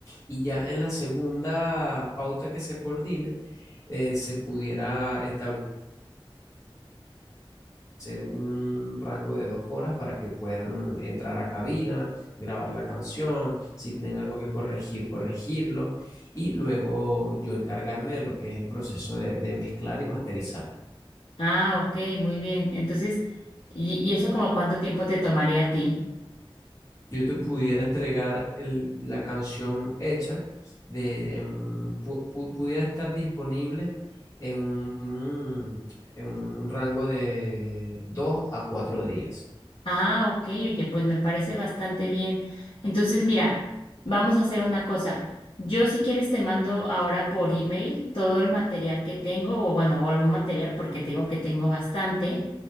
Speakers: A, on the left; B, on the left.
A: y ya en la segunda pauta que se coordine eh, se pudiera establecer un rango de dos horas para que puedan entrar a cabina, grabar la canción, si tienen algo que corregir, corregirlo, y luego yo encargarme de lo que es el proceso de, de mezclar y masterizar.
B: Ah, ok, muy bien. Entonces, ¿y, y eso como cuánto tiempo te tomaría a ti?
A: Yo te pudiera entregar el- la canción hecha, de, en un- pu- pu- pudiera estar disponible en un, en un rango de dos a cuatro días.
B: Ah, ok, oye, pues me parece bastante bien. Entonces, mira, vamos a hacer una cosa. Yo, si quieres, te mando ahora por email todo el material que tengo, o bueno, o algún material, porque te digo que tengo bastante,